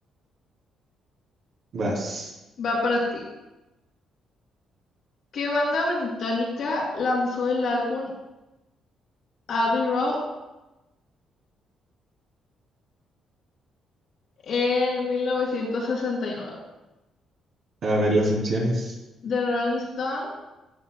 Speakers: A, on the right; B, on the left.
A: Vas
B: Va para ti. ¿Qué banda británica lanzó el álbum Abbey Road en 1969?
A: a ver las opciones.
B: The Rolling Stones